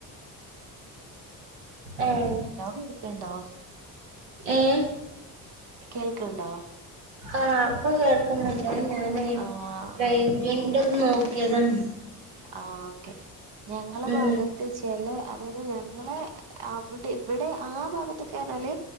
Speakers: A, on the right (about 85°); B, on the right (about 55°).
A: ഏഹ്
B: എല്ലാവും ടുക്കല്ണ്ടോ?
A: ഏഹ്.
B: കേൾക്ണ്ടോ?
A: ആഹ് ഇപ്പൊ കേൾക്കുന്ന്ണ്ട് അയ് ഞാനേ
B: ആഹ്
A: റൈ എന്താണന്ന് നോക്കിയതാണ്.
B: ആഹ് ഓക്കെ ഞങ്ങള
A: ഉം
B: ഭാഗ ത്ത് ചല് അതാത് ഞങ്ങളെ അവ ടെ ഇവടെ ആ ഭാഗത്തൊക്കെ റഞ്ഞാല്.